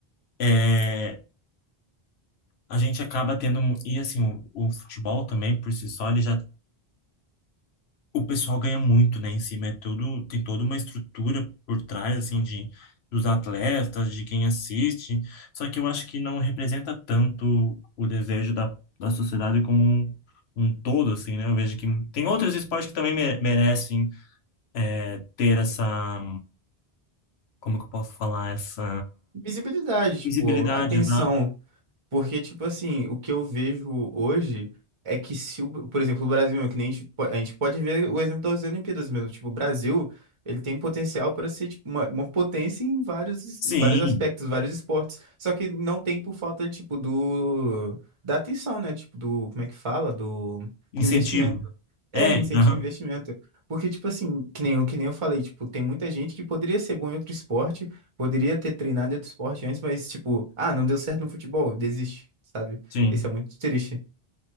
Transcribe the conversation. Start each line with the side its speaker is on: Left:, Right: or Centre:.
Left: é, a gente acaba tendo. mu- E assim, o, o futebol também, por si só, ele já. O pessoal ganha muito, né, em cima. É tudo, tem toda uma estrutura por trás, assim, de, dos atletas, de quem assiste. Só que eu acho que não representa tanto o desejo da, da sociedade como um, um todo, assim, né? Eu vejo que tem outros esportes que também mere- merecem é, ter essa. Como que eu posso falar? Essa
Right: Visibilidade, tipo,
Left: visibilidade,
Right: atenção.
Left: exato.
Right: Porque, tipo assim, o que eu vejo hoje é que se, o, por exemplo, o Brasil, mesmo, que nem a gente, po- a gente pode ver o exemplo das Olimpíadas mesmo. Tipo, o Brasil, ele tem potencial para ser tipo, uma, uma potência em vários, es-
Left: Sim,
Right: vários aspectos, vários esportes. Só que não tem por falta, tipo, do, da atenção, né? Tipo, do, como é que fala? Do
Left: incentivo.
Right: investimento. É,
Left: É,
Right: incentivo
Left: aham,
Right: ao investimento. Porque, tipo assim, que nem eu, que nem eu falei, tipo, tem muita gente que poderia ser bom em outro esporte, poderia ter treinado em outro esporte antes, mas, tipo, ah, não deu certo no futebol, desiste, sabe?
Left: sim.
Right: Isso é muito triste.